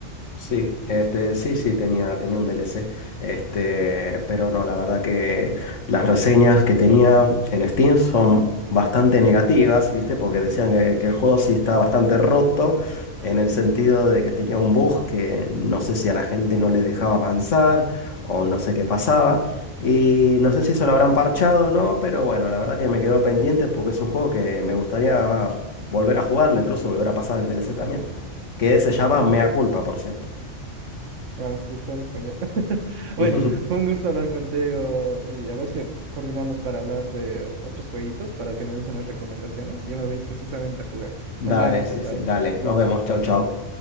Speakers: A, on the left; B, on the right.
A: Sí, este, sí, sí, tenía, tenía un DLC, este, pero no, la verdad que las reseñas que tenía en Steam son bastante negativas, ¿viste? Porque decían que, que el juego sí está bastante roto, en el sentido de que tenía un bug que no sé si a la gente no les dejaba avanzar o no sé qué pasaba, y no sé si eso lo habrán parchado o no, pero bueno, la verdad que me quedó pendiente porque es un juego que me gustaría volver a jugarlo, incluso volver a pasar el DLC también, que se llama
B: Mm.
A: Mea Culpa, por cierto.
B: Ah, es que está en español. <laughs> Bueno,
A: <laughs>
B: fue un gusto hablar contigo y a ver si coordinamos para hablar de otros jueguitos, para que me des unas recomendaciones. Yo me voy a ir precisamente a jugar.
A: Dale,
B: Nos vemos,
A: sí,
B: chao, chao.
A: sí, dale. Nos vemos. Chau, chau.